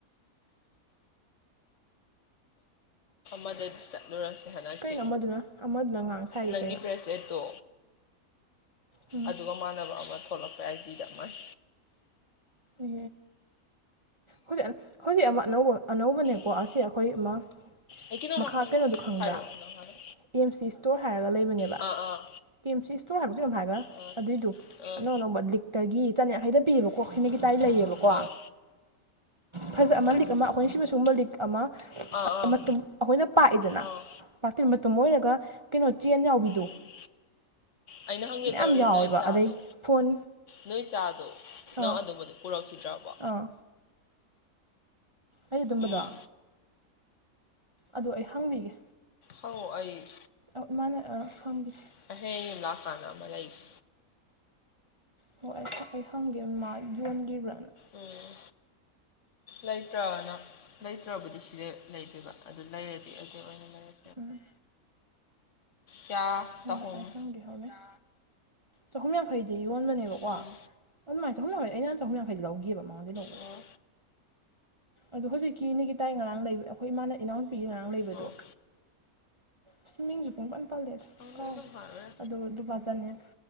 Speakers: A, on the left; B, on the right.
A: ꯃꯗꯠ ꯆꯠꯂꯨꯔꯁꯦ ꯍꯟꯗꯛꯇꯤ
B: ꯀꯩꯅꯣ ꯑꯃꯗꯨꯅ ꯑꯃꯗꯨꯅ ꯉꯥꯡ ꯁꯥꯏꯗꯣ
A: ꯅꯪꯒꯤ
B: ꯀꯩꯅꯣ
A: ꯕ꯭ꯔꯦꯁꯂꯦꯠꯇꯣ
B: ꯎꯝ
A: ꯑꯗꯨꯒ ꯃꯥꯟꯅꯕ ꯑꯃ ꯊꯣꯛꯂꯛꯄ ꯑ ꯗꯤꯗ ꯃꯥꯏ
B: ꯏ ꯍꯧꯖꯤꯛ ꯍꯧꯖꯤꯛ ꯑꯃ ꯑꯅꯧꯕ ꯑꯅꯧꯕꯅꯦꯀꯣ
A: ꯎꯝ
B: ꯑꯁꯤꯦ ꯑꯩꯈꯣꯏ ꯑꯃ
A: ꯑꯩ ꯀꯩꯅꯣꯝꯃ
B: ꯃꯈꯥ
A: ꯍꯪꯒꯦ
B: ꯀꯩꯅꯣꯗꯨꯣ ꯈꯪꯕ꯭ꯔꯥ
A: ꯍꯥꯏꯔꯛꯑꯣ ꯅꯪ ꯍꯥꯟꯅ
B: ꯑꯦꯝ ꯁꯤ ꯁ꯭ꯇꯣꯔ ꯍꯥꯏꯔꯒ ꯂꯩꯕꯅꯦꯕ
A: ꯑꯥ ꯑꯥ
B: ꯀꯤ ꯑꯦꯝ ꯁꯤ ꯏꯁꯇꯣꯔ ꯍꯥꯏꯕ ꯀꯩꯅꯣꯝ ꯍꯥꯏꯔꯒ
A: ꯑꯥ
B: ꯑꯗꯨꯏꯗꯨꯣ
A: ꯑꯥ
B: ꯑꯅꯧ ꯑꯅꯧꯕ ꯂꯤꯛ ꯇꯒꯤ ꯆꯅꯌꯥꯈꯩꯗ ꯄꯤꯑꯕꯀꯣ ꯍꯩꯅ ꯇꯥꯏ ꯂꯩꯌꯦꯕꯀꯣ
A: ꯑꯥ
B: ꯐꯖ ꯑꯃ ꯂꯤꯛ ꯑꯃ ꯑꯩꯈꯣꯏꯅ ꯁꯤꯕꯨ ꯁ ꯃ ꯂꯤꯛ ꯑꯃ
A: ꯑꯥ
B: ꯃꯇꯨꯡ
A: ꯑꯥ
B: ꯑꯩꯈꯣꯏꯅ ꯄꯥꯛꯏꯗꯅ
A: ꯑꯥ
B: ꯄꯥꯛꯇꯣꯏ ꯃꯇꯝ ꯑꯣꯏꯔꯒ ꯀꯩꯅꯣ ꯆꯦꯟ ꯌꯥꯎꯕꯤꯗꯣ
A: ꯎꯝ ꯑꯩꯅ ꯍꯪꯒꯦ
B: ꯃꯌꯥꯝ
A: ꯇꯧꯔꯤ
B: ꯌꯥꯎꯋꯦꯕ
A: ꯅꯣꯏ ꯆꯥꯗꯣ
B: ꯑꯗꯩ ꯐꯣꯟ
A: ꯅꯣꯏ ꯆꯥꯗꯣ
B: ꯑꯥ
A: ꯅꯪ ꯑꯗꯨꯝꯕꯗꯨꯣ ꯄꯨꯔꯛꯈꯤꯗ꯭ꯔꯕꯣ
B: ꯑꯥ ꯑꯩ ꯑꯗꯨꯝꯕꯗꯣ
A: ꯎꯝ
B: ꯑꯗꯨ ꯑꯩ ꯍꯪꯕꯤꯒꯦ
A: ꯑꯧ ꯑꯩ
B: ꯑꯧ ꯃꯥꯅ ꯑꯥ ꯐꯝꯒꯤꯁꯦ
A: ꯑꯩ ꯍꯌꯦꯡ ꯌꯨꯝ ꯂꯥꯛ ꯀꯥꯟꯗ ꯑꯃ ꯂꯩꯒꯦ
B: ꯍꯣꯏ ꯑꯩ ꯍꯪꯒꯦ ꯃꯥ ꯌꯣꯟꯈꯤꯕ꯭ꯔꯥꯅ
A: ꯑꯣ ꯂꯩꯇ꯭ꯔꯅ ꯂꯩꯇ꯭ꯔꯕꯨꯗꯤ ꯁꯤꯗꯤ ꯂꯩꯗꯣꯏꯕ ꯑꯗꯨ ꯂꯩꯔꯗꯤ ꯑꯗꯨꯗꯤ ꯑꯣꯏꯅ ꯂꯩꯔꯦ
B: ꯑꯣ
A: ꯀꯌꯥ
B: ꯍꯣꯏ
A: ꯆꯍꯨꯝ
B: ꯍꯣꯏ ꯑꯩ ꯍꯪꯒꯦ ꯍꯧꯔꯅꯤ ꯆꯍꯨꯝ ꯌꯥꯡꯈꯩꯗꯤ ꯌꯣꯟꯕꯅꯦꯕꯀꯣ
A: ꯎꯝ
B: ꯑꯗꯨꯃꯥꯏꯅ ꯆꯍꯨꯝ ꯌꯥꯈꯩ ꯑꯩꯅ ꯆꯍꯨꯝ ꯌꯥꯡꯩ ꯂꯧꯒꯦꯕ ꯃꯉꯣꯟꯗꯒꯤ ꯂꯧꯕꯗꯣ
A: ꯑꯣ
B: ꯑꯗꯣ ꯍꯧꯖꯤꯛꯀꯤꯅꯦꯒꯤ ꯇꯥꯏ ꯉꯔꯥꯡ ꯂꯩꯕ ꯑꯩꯈꯣꯏ ꯏꯃꯅ ꯏꯅꯥꯎꯅꯨꯄꯤꯒꯤ ꯉꯔꯥꯡ ꯂꯩꯕꯗꯣ
A: ꯑꯣ
B: ꯑꯁ ꯃꯤꯡꯁꯨ ꯄꯨꯡꯄꯜ ꯄꯜꯂꯦꯗ
A: ꯑꯗꯨ
B: ꯀꯥꯎꯋꯦ
A: ꯑꯗꯨꯝ ꯍꯥꯏꯔꯦ
B: ꯑꯗꯨ ꯂꯨꯄꯥ ꯆꯟꯅꯅ